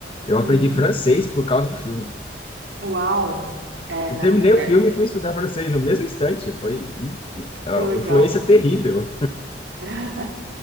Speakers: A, on the left (about 30°); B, on the right (about 75°).
A: eu aprendi
B: uhum.
A: francês por causa do filme.
B: Uau! É,
A: Eu
B: não,
A: terminei o
B: é,
A: filme e fui estudar francês no mesmo instante. Foi hum, é
B: que
A: uma
B: legal.
A: influência terrível.
B: <laughs>